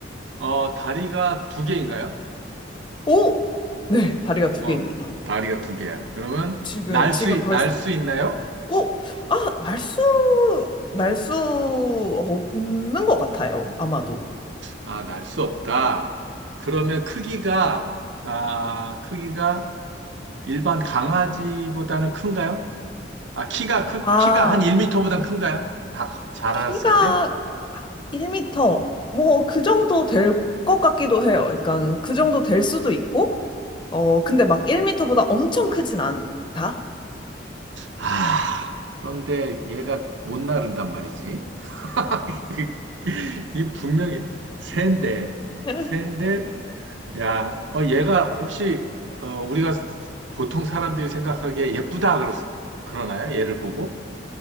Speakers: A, on the right (about 80°); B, on the left (about 25°).
A: 어, 다리가 두 개인가요?
B: 오! 네, 다리가 두
A: 어,
B: 개입니다.
A: 다리가 두 개야. 그러면,
B: 지금,
A: 날
B: 지금
A: 수,
B: 벌써
A: 날 수 있나요?
B: 어? 아, 날 수, 날 수 없는 것 같아요, 아마도.
A: 아, 날 수 없다. 그러면 크기가, 아, 크기가 일반 강아지보다는 큰가요? 아, 키가, 크,
B: 아,
A: 키가 한1터보단 큰가요? 다 커- 자라났을
B: 키가
A: 때?
B: 1미터, 뭐, 그 정도 될 것 같기도 해요. 그러니까, 그 정도 될 수도 있고, 어, 근데 막 1미터보다 엄청 크진 않다?
A: 아, 그런데 얘가 못 나른단 말이지. <laughs> 그- 이 분명히 새인데,
B: <laughs>
A: 새인데, 야, 어, 얘가 혹시, 어, 우리가 보통 사람들이 생각하기에 예쁘다 그러, 그러나요? 얘를
B: 어,
A: 보고?